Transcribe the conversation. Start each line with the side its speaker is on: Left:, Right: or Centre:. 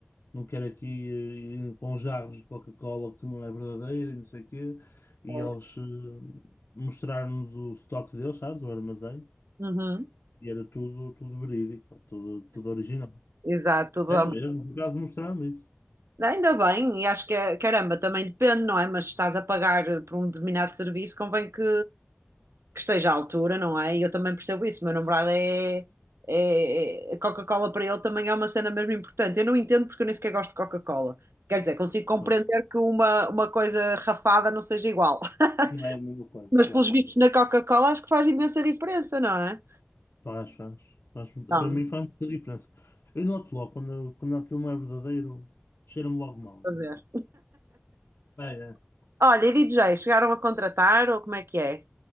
Left: não quero aqui eh, eh, com jarros de Coca-Cola que não é verdadeira e não sei o quê. E
Right: é.
Left: eles eh, mostraram-nos o estoque deles, sabes, o armazém,
Right: Uhum,
Left: e era tudo, tudo verídico, pá, tudo, tudo original.
Right: exato, vamos.
Left: Era mesmo, por acaso mostraram isso.
Right: Ainda bem, e acho que, é- caramba, também depende, não é? Mas se estás a pagar por um determinado serviço, convém que que esteja à altura, não é? E eu também percebo isso. Meu namorado é. é- é- Coca-Cola para ele também é uma cena mesmo importante. Eu não entendo porque eu nem sequer gosto de Coca-Cola. Quer dizer, consigo compreender
Left: Pois.
Right: que uma, uma coisa rafada não seja igual. <laughs>
Left: Não é a mesma coisa,
Right: Mas
Left: claro.
Right: pelos vistos na Coca-Cola acho que faz imensa diferença, não é?
Left: Faz, faz. Faz muito
Right: Então,
Left: para mim faz muita diferença. Eu noto logo quando, quando aquilo não é verdadeiro, cheira-me logo mal.
Right: a ver.
Left: É, é.
Right: Olha, e DJ, chegaram a contratar ou como é que é?